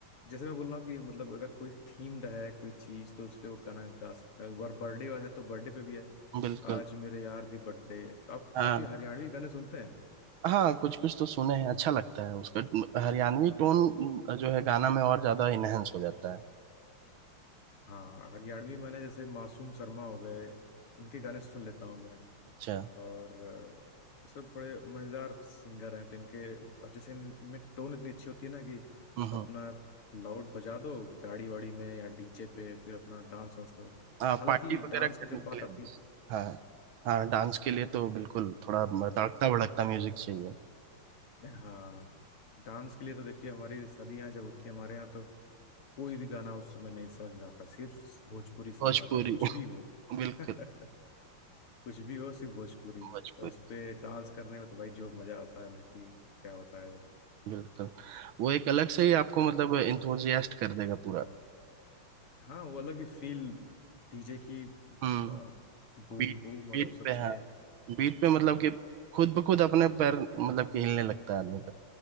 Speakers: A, on the left (about 85°); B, on the right (about 70°).
A: जैसे मैं बोल रहा हूँ कि मतलब अगर कोई थीम्ड है कोई चीज तो उस पे वो गाना गा सकता है और बर्थडे है तो बर्थडे पे भी है
B: बिल्कुल
A: आज मेरे यार दी बर्थडे तो आप
B: हाँ
A: आप ये हरियाणवी गाने सुनते हैं
B: हाँ कुछ कुछ तो सुने हैं अच्छा लगता है उसका हरियाणवी टोन जो है गाना में और ज्यादा इनहेंस हो जाता है
A: हाँ हरियाणवी मैंने जैसे मासूम शर्मा हो गए इनके गाने सुन लेता हूँ मैं
B: अच्छा
A: और अ, ये सब थोड़े मजेदार सिंगर हैं तो इनके और जैसे इन, इनमें टोन इतनी अच्छी होती है ना कि
B: हम्म
A: अपना लाउड बजा दो गाड़ी वाड़ी में या डीजे पे फिर अपना डांस वांस करो
B: हाँ
A: हालांकि
B: पार्टी वगैरह
A: डांस
B: करने
A: की जब
B: के
A: बात
B: लिए
A: आती
B: बस हाँ हाँ डांस के लिए तो बिल्कुल थोड़ा तड़कता भड़कता म्यूजिक चाहिए
A: है हाँ डांस के लिए तो देखिए हमारी शादियाँ जब होती है हमारे यहाँ तो कोई भी गाना उस समय नहीं समझ में आता सिर्फ भोजपुरी समझ
B: भोजपुरी
A: में आता कुछ
B: <laughs>
A: भी हो
B: बिल्कुल
A: <laughs> कुछ भी हो सिर्फ भोजपुरी
B: भोजपुरी
A: और उस पे डांस करने में तो भाई जो मजा आता है ना कि क्या बताया जाए
B: बिल्कुल वो एक अलग से ही आपको मतलब इंथुजियास्ट कर देगा पूरा
A: हाँ वो अलग ही फील डीजे की
B: हम्म
A: आ, बूम
B: बीट
A: बूम और
B: बीट
A: वो सब
B: पे
A: चीजें
B: हाँ बीट पे मतलब
A: हम्म,
B: कि खुद ब खुद अपने पैर मतलब कि हिलने लगता है आदमी का